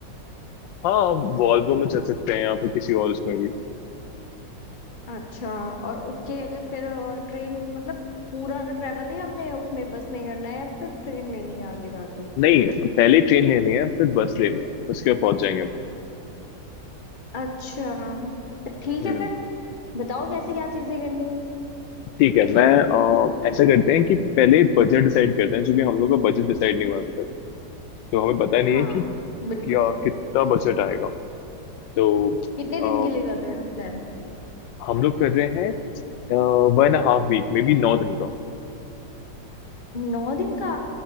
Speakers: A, on the left; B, on the left.
A: हाँ वॉल्वो में चल सकते हैं या फिर किसी और उसमें भी
B: अच्छा और उसके फिर ट्रेन मतलब पूरा ट्रेवल ही हमने उसमें बस में करना है या फिर ट्रेन लेनी है आगे जाके
A: नहीं पहले ट्रेन लेनी है फिर बस लेनी है उसके बाद पहुंच जाएंगे फिर
B: अच्छा तो ठीक
A: हम्म
B: है फिर बताओ कैसे क्या चीजें करनी है
A: ठीक है मैं अ, ऐसा करते हैं कि पहले बजट डिसाइड करते हैं क्योंकि हम लोग का बजट डिसाइड नहीं हुआ है अभी तक तो हमें पता नहीं
B: हाँ
A: है कि
B: बिल्कुल
A: क्या कितना बजट आएगा तो
B: कितने दिन
A: अ,
B: के लिए कर रहे हैं हम प्लान
A: हम लोग कर रहे हैं वन हाफ वीक में भी नौ दिन का
B: नौ दिन का